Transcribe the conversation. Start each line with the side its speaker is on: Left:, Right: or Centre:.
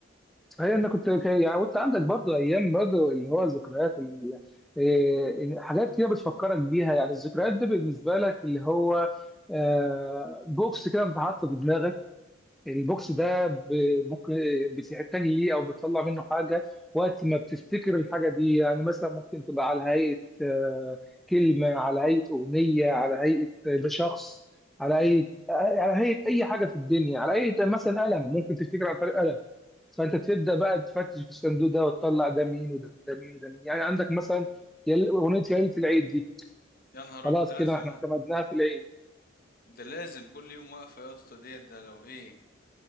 Centre: هي انا كنت كان- يعني وانت عندك برضه ايام برضه اللي هو ذكريات ال- إيه، حاجات كده بتفكرك بيها يعني الذكريات دي بالنسبه لك اللي هو آه، بوكس كده بتحطه في دماغك البوكس ده ب- ممكن بتحتاج ليه او بتطلع منه حاجه وقت ما بتفتكر الحاجه دي يعني مثلا ممكن تبقى على هيئه آه، كلمه على هيئه اغنيه على هيئه شخص على هيئه آه، على هيئه اي حاجه في الدنيا على هيئه مثلا قلم ممكن تفتكر عن طريق قلم فانت تبدا بقى تفتش في الصندوق ده وتطلع ده مين وده مين وده مين يعني عندك مثلا يل- اغنيه يا ليله العيد دي
Left: يا نهار
Centre: خلاص
Left: ابيض ده لازم
Centre: كده احنا اعتمدناها في العيد
Left: ده لازم كل يوم واقفة يا اسطى ديت ده لو ايه